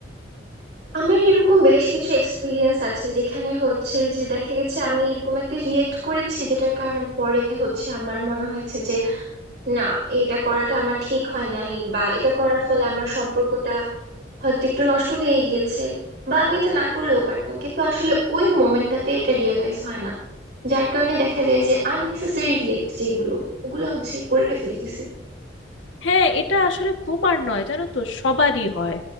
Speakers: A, on the right; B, on the left.
A: আমার এরকম বেশ কিছু এক্সপিরিয়েন্স আছে যেখানে হচ্ছে যে দেখা গেছে আমি এরকম একটা রিয়েক্ট করেছি যেটার কারণে পরে হচ্ছে আমার মনে হয়েছে যে না এটা করাটা আমার ঠিক হয় নাই বা এটা করার ফলে আমার সম্পর্কটা হয়তো একটু নষ্ট হয়ে গিয়েছে বা আমি এটা না করলেও পারতাম কিন্তু আসলে ওই মোমেন্টটাতে এটা রিয়েলাইজ হয় না যার কারণে দেখা যায় যে আননেসেসারি রিয়েক্ট যেগুলো ওগুলো হচ্ছে করে ফেলতেছি
B: হ্যাঁ এটা আসলে তোমার নয় জানো তো সবারই হয়